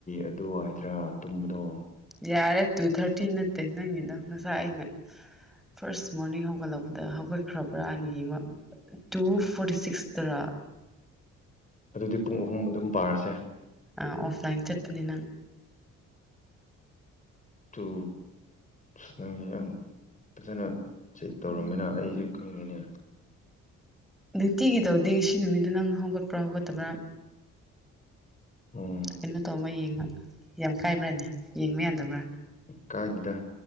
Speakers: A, on the left; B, in the centre.
A: ꯑꯗꯨ ꯍꯥꯏꯗ꯭ꯔꯥ ꯇꯨꯝꯕꯗꯣ
B: ꯌꯥꯔꯦ ꯇꯨ ꯊꯥꯔꯇꯤ ꯅꯠꯇꯦ ꯅꯪꯒꯤꯗ ꯉꯁꯥꯏ ꯑꯩꯅ ꯐꯥꯔꯁ ꯃꯣꯔꯅꯤꯡ ꯍꯧꯒꯠꯂꯛꯄꯗ ꯍꯧꯒꯠꯈ꯭ꯔꯕ꯭ꯔꯥ ꯍꯥꯏꯅ ꯌꯦꯡ ꯇꯨ ꯐꯣꯔꯇꯤ ꯁꯤꯛꯁ ꯇꯔ
A: ꯑꯗꯨꯗꯤ ꯄꯨꯡ ꯑꯍꯨꯝ ꯑꯗꯨꯝ ꯄꯥꯔꯁꯦ
B: ꯑꯥ ꯑꯣꯐꯂꯥꯏꯟ ꯆꯠꯄꯅꯦ ꯅꯪ
A: ꯇꯨ ꯑꯁ ꯅꯪꯗꯤ ꯌꯥꯝ ꯐꯖꯅ ꯆꯦꯛ ꯇꯧꯔꯝꯃꯤꯅ ꯑꯩꯁꯨ ꯈꯪꯗꯦꯅꯦ
B: ꯅꯨꯡꯇꯤꯒꯤ ꯇꯧꯗꯦ ꯉꯁꯤ ꯅꯨꯃꯤꯠꯇ ꯅꯪ ꯍꯧꯒꯠꯄ꯭ꯔꯥ ꯍꯧꯒꯠꯇꯕ꯭ꯔꯥ
A: ꯎꯝ
B: ꯀꯩꯅꯣ ꯇꯧꯕꯃ ꯌꯦꯡꯕ ꯌꯥꯝ ꯀꯥꯏꯕ꯭ꯔꯥꯅꯦ ꯌꯦꯡꯕ ꯌꯥꯗꯕ꯭ꯔꯥ
A: ꯀꯥꯏꯗꯦꯗ